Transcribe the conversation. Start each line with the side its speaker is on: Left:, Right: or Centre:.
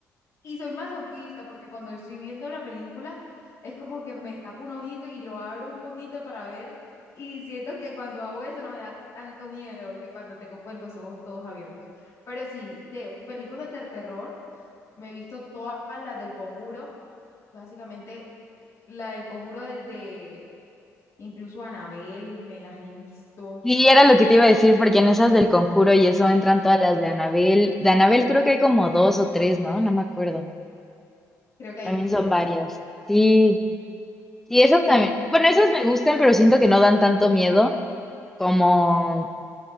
Left: y soy masoquista porque cuando estoy viendo la película es como que me tapo un ojito y lo abro un poquito para ver y siento que cuando hago eso no me da tanto miedo que cuando tengo pues los ojos todos abiertos. Pero sí, de películas de terror me he visto todas las del Conjuro, básicamente la del Conjuro desde incluso Anabel me las he visto,
Centre: Sí, era lo que te iba a decir, porque en esas del Conjuro y eso entran todas las de Anabel. De Anabel creo que hay como dos o tres, ¿no? No me acuerdo.
Left: creo que
Centre: También
Left: hay tres.
Centre: son varias. Sí, sí, esas
Left: Y
Centre: también. Bueno, esas me gustan, pero siento que no dan tanto miedo como,